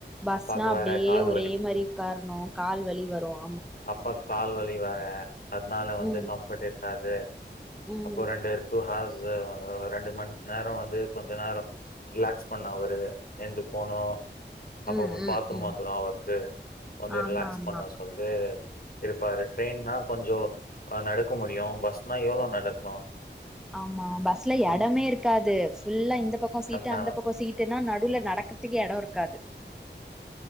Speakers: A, in the centre; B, on the left (about 55°).
A: பஸ்னா
B: அப்பாக்கு
A: அப்டியே
B: வேற கால்
A: ஒரே மாரி உக்காரணும், கால் வலி வரும்.
B: அப்பாவுக் கால் வலி வேற அத்னால வந்து
A: ம்
B: கம்ஃபர்ட் இருக்காது,
A: ம்
B: அப்போ ரெண்டு டூ ஹாவர்ஸ் <unintelligible> ரெண்டு மண் நேரம் வந்து, கொஞ்ச நேரம், ரிலாக்ஸ் பண்ணூம் அவரு, எய்ஞ்சி போவ்னும். அப்பப்ப
A: ம் ம்
B: பாத்ரூம்
A: ம்
B: வந்துரும் அவருக்கு, வந்து
A: ஆமா
B: ரிலாக்ஸ்
A: ஆமா
B: பண்ண சொல் இது, இருப்பாரு ட்ரெயின்னா கொஞ்சம், அஹ் நடக்க முடியும், பஸ்னா எவ்ளோ நடக்கும்.
A: ஆமா ஆமா, பஸ்ல எடமே இருக்காது, ஃபுல்லா இந்த பக்கம் சீட்டு,
B: அதனால
A: அந்த பக்கம் சீட்டுன்னா, நடுவுல நடக்கறதுக்கு எடம் இருக்காது.